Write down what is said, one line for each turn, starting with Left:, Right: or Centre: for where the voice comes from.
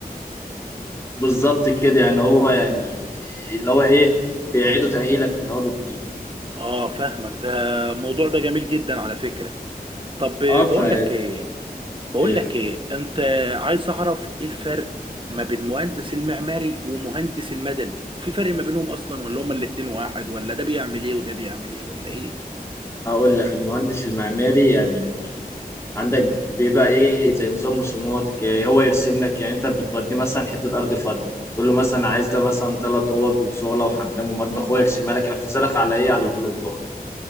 Left: بالظبط كده يعني هو يعني اللي هو ايه بيعيدوا تاهيلك من اول وجديد
Right: اه فاهمك ده الموضوع ده جميل جدا على فكرة طب بقول
Left: اه ف ايه
Right: لك ايه بقول
Left: يا
Right: لك
Left: حبيبي
Right: ايه انت عايز اعرف ايه الفرق ما بين مهندس المعماري ومهندس المدني في فرق ما بينهم اصلا ولا هما الاتنين واحد ولا ده بيعمل ايه وده بيعمل ايه ولا ايه
Left: هقول لك المهندس المعماري يعني عندك بيبقى ايه زي نظام رسومات إيه هو يرسم لك يعني انت بتوديه مثلا حته ارض فاضيه تقول له مثلا عايز ده مثلا ثلاث اوض وصاله وحمام ومطبخ هو يرسمها لك ينفذها لك على ايه على اللوح